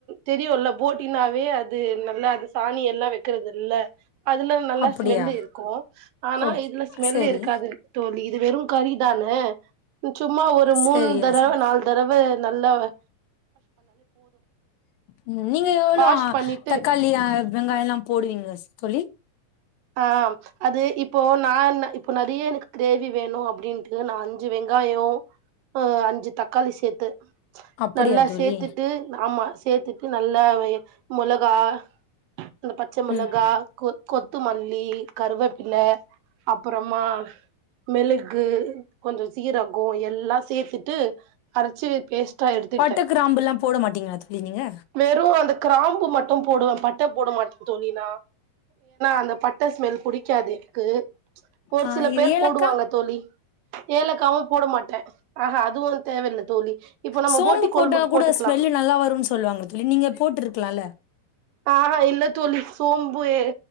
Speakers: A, on the right; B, on the left.
A: தெரியுல்ல போட்டினாவே அது நல்ல அது சாணி எல்லா வைக்கிறது இல்ல அதுல நல்லா
B: அப்டியா
A: ஸ்மெல்லு இரு க்கு ஆனா
B: ஓகே
A: இதுல ஸ்மெல்
B: செரி
A: இருக்காது தோழி இது வெறு கரிதான அ சும்மா ஒரு மூணு
B: செரியா
A: தடவ
B: செரி
A: நாலு தடவ நல்லவ
B: ம் நீங்க எவ்ளோ
A: வாஷ் பண்ணிட்டு
B: தக்காளி அ வெங்காயலா போடுவீங்க தொழி
A: ஆ அது இப்போ நான்ன இப்போ நிறய எனக்கு கிரேவி வேணு அபபடின்ட்டு நா அஞ்சு வெங்காய அ அஞ்சு தக்காளி சேத்து
B: அப்டியா
A: நல்லா
B: தோழி
A: சேத்துட்டு ஆமா சேத்துட்டு நல்லா மொளகா இந்த பச்ச மிளகா
B: ம்
A: கொ கொத் த்து மல்லி கருவேப்பில்ல அப்பறமா மெளகு கொஞ்சோ சீரகோ எல்லா சேத்துட்டு அரச்சி பேஸ்ட்டா எடுத்துகிட்டே
B: பட்ட கிராம்புல்லா போட மாட்டீங்களா தோழி நீங்க
A: வெறு அந்த கிராம்பு மட்டு போடுவ பட்ட போட மாட்ட தோழி நா அந்த பட்ட ஸ்மெல் புடிக்காது க்கு ஒரு
B: ஆ
A: சில
B: இது
A: பேர்
B: ஏலக்கா
A: போடுவாங்க தோலி ஏலக்காவு போட மாட்ட ஆஹா அதுவு தேவ இல்ல தோலி இப்ப நம்ம
B: சோம்பு
A: போட்டி கொழும்புக்
B: போட்டா
A: போட்டுக்லா
B: கூட ஸ்மெல்லு நல்லா வருன்னு சொல்லுவாங்க தோழி நீங்க போட்ருக்கலால்ல
A: ஆஹா இல்லத் தோழி சோம்புய